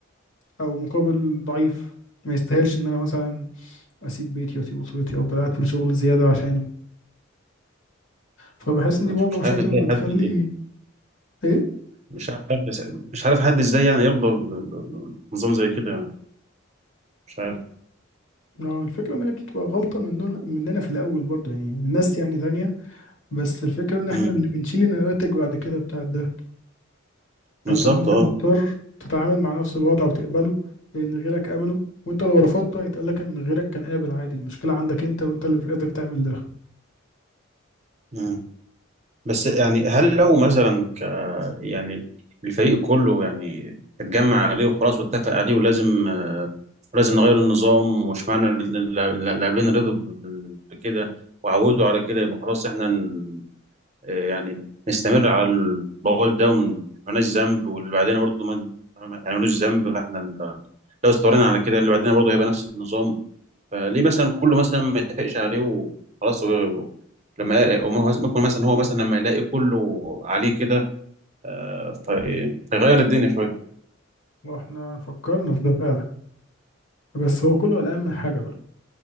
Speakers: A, on the left (about 65°); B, on the right (about 35°).
A: أو مقابل ضعيف ما يستاهلش إن أنا مثلا أسيب بيتي وأسيب أسرتي وأفضل قاعد في الشغل زيادة عشانه فبحس
B: مش
A: إن دي برضه
B: مش
A: مشاكل
B: عارف ازاي
A: بتخلي
B: حد
A: إيه؟
B: مش عارف مش عارف حد ازاي يعني يرضى ب- ب- بنظام زي كده يعني مش عارف
A: نعم الفكرة إن هي بتبقى غلطة مننا مننا في الأول برضه يعني من ناس يعني تانية بس الفكرة إن إحنا
B: مم.
A: اللي بنشيل النواتج بعد كده بتاعت ده
B: بالظبط
A: انت دلوقتي
B: اه
A: مضطر تتعامل مع نفس الوضع وتقبله لان غيرك قبله وانت لو رفضته هيتقالك ان غيرك كان قابل عادي المشكلة عندك انت وانت اللي مش قادر تعمل ده
B: مم. بس يعني هل لو مثلا ك يعني الفريق كله يعني اتجمع عليه وخلاص واتفق عليه ولازم آه، ولازم نغير النظام ومش معنى ان الل- الل- اللاعبين رضوا ب- ب- بكده وعودوا على كده يبقى خلاص احنا ن- آه، يعني نستمر على البول ده وما- مالناش ذنب واللي بعدين برضه ما يعني ملوش ذنب فاحنا ال- لو استمرينا على كده اللي بعدين برضه هيبقى نفس النظام فليه مثلا كله مثلا ما يتفقش عليه وخلاص هو- لما وما هو- ممكن مثلا هو مثلا لما يلاقي كله عليه كده آه، في- فيغير الدنيا شويه
A: واحنا فكرنا في ده فعلا بس هو كله قلقان من حاجة بقى